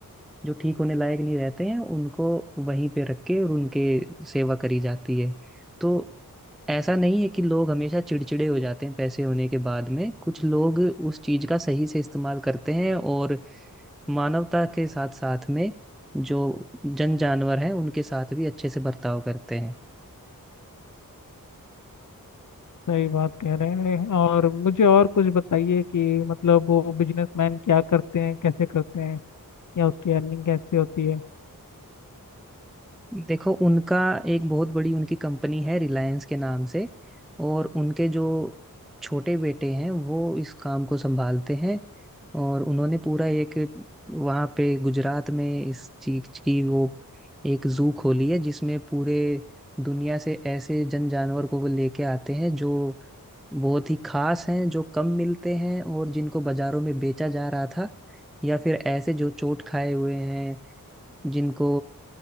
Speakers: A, in the centre; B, on the left.
A: जो ठीक होने लायक नहीं रहते हैं उनको वहीं पे रख के और उनके सेवा करी जाती है तो ऐसा नहीं है कि लोग हमेशा चिड़चिड़े हो जाते हैं पैसे होने के बाद में कुछ लोग उस चीज का सही से इस्तेमाल करते हैं और मानवता के साथ साथ में जो जन जानवर हैं उनके साथ भी अच्छे से बर्ताव करते हैं
B: सही बात कह रहे हैं और मुझे और कुछ बताइए कि मतलब वो बिजनेसमैन क्या करते हैं कैसे करते हैं या उसकी अर्निंग कैसे होती है
A: देखो उनका एक बहुत बड़ी उनकी कंपनी है रिलायंस के नाम से और उनके जो छोटे बेटे हैं वो इस काम को संभालते हैं और उन्होंने पूरा एक वहाँ पे गुजरात में इस चीज की वो एक जू खोली है जिसमें पूरे दुनिया से ऐसे जन जानवर को वो लेके आते हैं जो बहुत ही खास हैं जो कम मिलते हैं और जिनको बाजारों में बेचा जा रहा था या फिर ऐसे जो चोट खाए हुए हैं जिनको